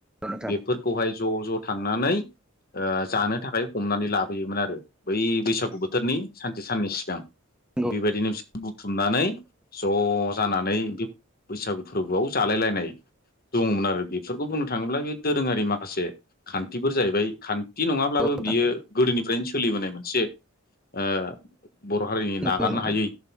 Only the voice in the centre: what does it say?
नोंथां
नंगौ
नोंथां
नंगौ
नोंथां